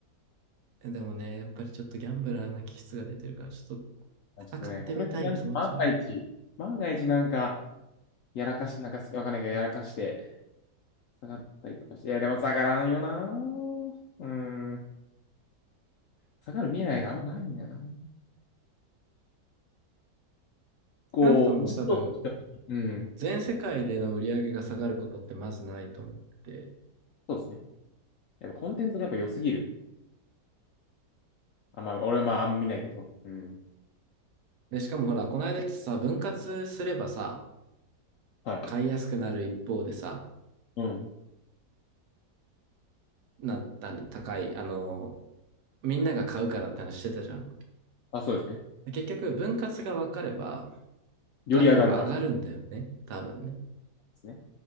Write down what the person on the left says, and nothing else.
あちょっとね、
これってなんか万が一、万が一なんか、やらかし、なんかすわかんないけど、やらかして、下がったりとかして。いや、でも下がらんよな。うん。下がる未来があんまないんだよな。こう、
ずっと、うん。
そうですね。やっぱコンテンツがやっぱ良すぎる。あ、まあ、俺はまあ、あんま見ないけど。うん。
はい。
うん。
あ、そうですね。
より上がる、
まあ、で
すね。